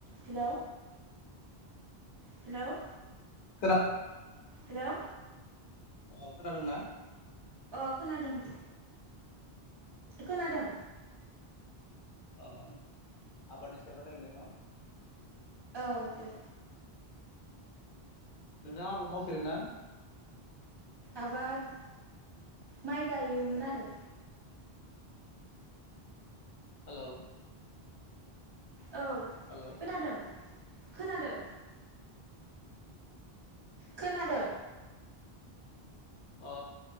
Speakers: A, on the right; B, on the left.
A: <inaudible> हेल' हेल'
B: खोना
A: हेल'
B: अ खोनादों ना?
A: अ खोनादों दे खोनादों
B: औ आबादनि सायाव रायलायगोन दे न
A: औ दे
B: नोंथाङा आबाद मावफेरोना?
A: आबाद माइ गायोमोन आरो
B: हेल'
A: औ
B: हेल'
A: खोनादों खोनादों? खोनादों
B: अ